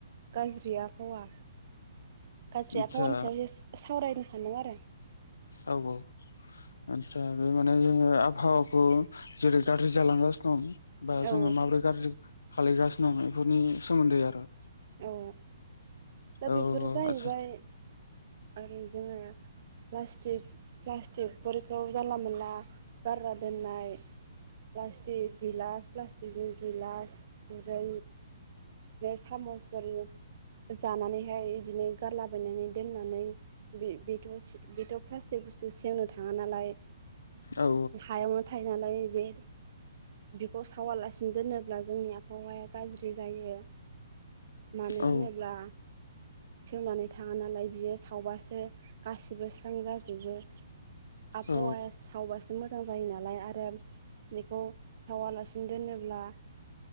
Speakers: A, on the right; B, on the left.
A: गाज्रि आबहावा गाज्रि
B: आदसा
A: आबाहावा सायसो सावरायनो सानदों आरो
B: औ औ आदसा बे माने आबाहावखौ जेरै गाज्रि जालांगासिनो दं बा
A: औ
B: जोङो माबोरै गाज्रि खालामलिगासिनो दं बेफोरनि सोमोन्दै आरो
A: औ दा
B: औ
A: बेफोरो जाहैबाय
B: आदसा
A: आरो जोङो प्लास्टिक प्लास्टिकफोरखौ जानला मोनला गारा दोननाय प्लास्टिक गिलास प्लास्टिकनि गिलास खुरै बिदिनो सामसफोर जानानैहाय बिदिनो गारलाबायायनानै दोन नानै बेथ' प्लास्टिक बुस्थु सेवनो थाङा नालाय
B: औ
A: हायावनो थायो नालाय बे बेखौ सावालासिनो दोनो ब्ला जोंनि आबहावाया गाज्रि जायो मानो
B: औ
A: होनोब्ला सोमनानै थाङा नालाय बियो सावबासो गासिबो स्रां जाजोबो। आबहावाया
B: औ
A: सावबासो मो जां जायो नालाय आरो बेखौ सावालासिनो दोनोब्ला